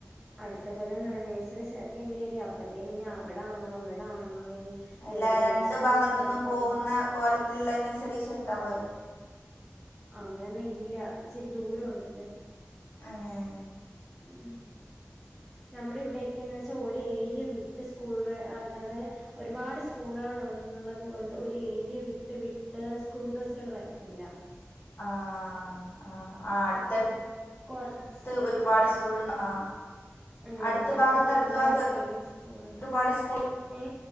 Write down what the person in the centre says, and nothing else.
അടുത്ത കൊല്ലം ന് നേഴ്സറി ചേർക്കേണ്ടി വരും അപ്പത്തേന് ഇനി അവിടാണോ ഇവിടാണോ ഇനി
എവിടെ
ഏത് സ്കൂളിൽ
ചേർക്കും
അങ്ങനെ ഇല്ല ഇച്ചിരി ദൂരം ഉണ്ട്
ഉം നമ്മുടെ ഇവിടെ എന്ന് വെച്ചാൽ ഒരു ഏരിയ വിട്ട് സ്കൂളിൽ ആക്കാതെ ഒരുപാട് സ്കൂളുകൾ ഉള്ളത് കൊണ്ട് ഒരു ഏരിയ വിട്ട് വിട്ട് സ്കൂൾ ബസ്സുകൾ വരത്തില്ല
കൊറച്ച്
ഉം
അടുത്തടുത്ത്
ഒരുപാട് പ്രൈവറ്റ് സ്കൂള്
ഏ